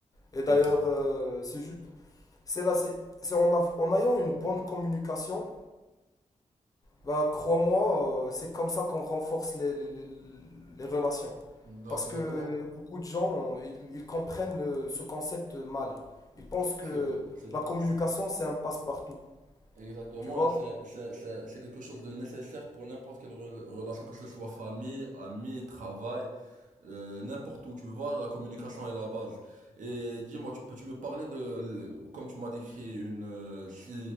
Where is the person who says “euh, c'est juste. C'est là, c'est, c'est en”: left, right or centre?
Left